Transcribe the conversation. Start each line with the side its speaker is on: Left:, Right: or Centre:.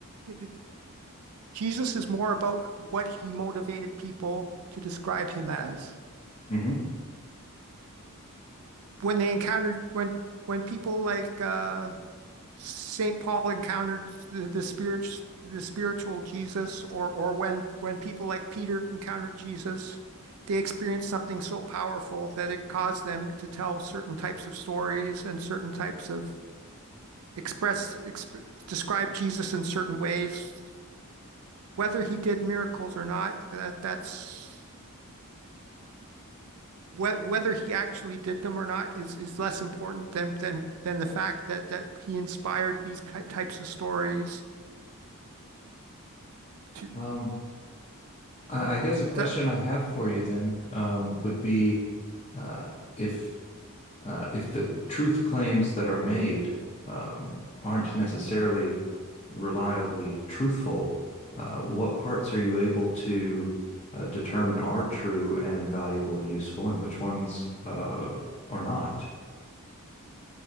Right: it Jesus is more about what he motivated people to describe him as.
Left: Mhm.
Right: When they encountered, when when people like uh, Saint Paul encountered the, the spirit, the spiritual Jesus, or or when when people like Peter encountered Jesus, they experienced something so powerful that it caused them to tell certain types of stories and certain types of express exp describe Jesus in certain ways. Whether he did miracles or not, that that's wh- whether he actually did them or not is is less important than than than the fact that that he inspired these types of stories. To,
Left: Um, I I guess a question
Right: that
Left: I have for you then um, would be uh, if uh, if the truth claims that are made um, aren't necessarily reliably truthful, uh, what parts are you able to uh, determine are true and valuable and useful, and which ones uh, are not?